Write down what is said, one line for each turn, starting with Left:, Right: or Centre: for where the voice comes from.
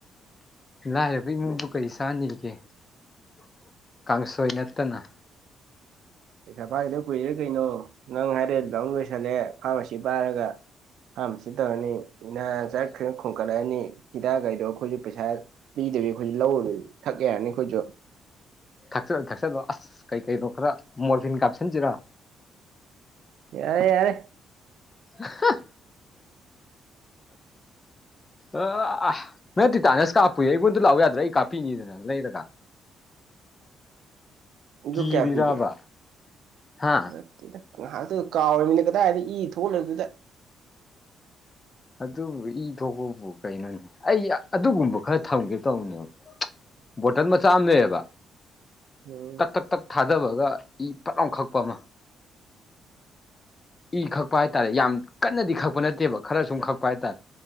Left: ꯂꯥꯏꯔꯕ ꯏꯃꯨꯡꯕꯨ ꯀꯔꯤ ꯆꯥꯅꯤꯡꯔꯤꯒꯦ ꯈꯨꯁꯣꯏ ꯅꯠꯇꯅ
Right: ꯄꯩꯁꯥ ꯄꯥꯏꯈꯤꯗꯕ ꯀꯨꯏꯗ꯭ꯔꯦ ꯀꯩꯅꯣ ꯅꯪ ꯍꯥꯏꯔꯦ ꯑꯗꯨ ꯂꯣꯏꯁꯤꯜꯂꯦ ꯐꯥꯔꯃꯥꯁꯤ ꯄꯥꯏꯔꯒ ꯑꯥꯝ ꯁꯤ ꯇꯧꯔꯅꯤ ꯏꯅꯥ ꯆꯠꯈ꯭ꯔ ꯈꯣꯡꯒꯠꯂꯛꯑꯅꯤ ꯍꯤꯗꯥꯛ ꯀꯩꯗꯧꯕ ꯑꯩꯈꯣꯏꯁꯨ ꯄꯩꯁꯥ ꯄꯤꯗꯕꯤ ꯑꯩꯈꯣꯏꯁꯨ ꯂꯧꯔꯨꯗꯗꯤ ꯊꯛ ꯌꯥꯔꯅꯤ ꯑꯩꯈꯣꯏꯁꯨ
Left: ꯊꯛꯆꯜꯂꯣ ꯊꯛꯆꯜꯂꯣ ꯑꯁ ꯀꯩ ꯀꯩꯅꯣ ꯈꯔ ꯃꯣꯔꯐꯤꯟ ꯀꯥꯞꯁꯤꯟꯁꯤꯔꯥ
Right: ꯌꯥꯔꯦ ꯌꯥꯔꯦ
Left: ꯍ ꯑ ꯑ ꯅꯪ ꯇꯤ ꯇꯇꯥꯅꯁ ꯀꯥꯞꯄꯨ ꯑꯩꯉꯣꯟꯗ ꯂꯥꯛꯎ ꯌꯥꯗ꯭ꯔꯥ ꯑꯩ ꯀꯥꯞꯄꯤꯅꯤꯗꯅ ꯂꯩꯔꯒ
Right: ꯑꯗꯨ
Left: ꯀꯤꯔꯤꯔꯕ
Right: ꯀꯌꯥ ꯄꯤꯒꯦ
Left: ꯍꯥ
Right: ꯑꯗꯨꯗ ꯉꯥꯏꯍꯥꯛꯇ ꯀꯥꯎꯃꯤꯅ ꯀꯗꯥꯏꯗ ꯏ ꯊꯣꯛꯍꯂꯕꯗꯨꯗ
Left: ꯑꯗꯨꯕꯨ ꯏ ꯊꯣꯛꯄꯕꯨ ꯀꯩꯅꯣꯅꯦ ꯑꯩ ꯑꯗꯨꯒꯨꯝꯕ ꯈꯔ ꯊꯝꯒꯦ ꯇꯧꯕꯅꯦꯕ ꯕꯣꯇꯜ ꯃꯆꯥ ꯑꯃ ꯂꯩꯌꯦꯕ
Right: ꯎꯝ
Left: ꯇꯛ ꯇꯛ ꯇꯛ ꯊꯥꯗꯕꯒ ꯏ ꯄꯠꯂꯥꯎ ꯈꯛꯄ ꯑꯃ ꯏ ꯈꯛꯄ ꯍꯥꯏꯇꯥꯔꯦ ꯌꯥꯝ ꯀꯟꯅꯗꯤ ꯈꯛꯄ ꯅꯠꯇꯦꯕ ꯈꯔ ꯁꯨꯝ ꯈꯛꯄ ꯍꯥꯏꯇꯥꯔꯦ